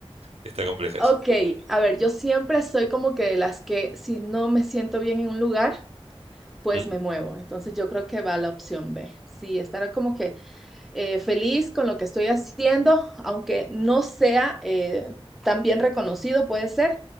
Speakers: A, on the right; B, in the centre.
A: está compleja
B: Ok,
A: esa.
B: a ver, yo siempre soy como que de las que si no me siento bien en un lugar, pues
A: ¿Mm?
B: me muevo. Entonces yo creo que va la opción B. Sí, estar como que eh, feliz con lo que estoy haciendo, aunque no sea eh, tan bien reconocido, puede ser,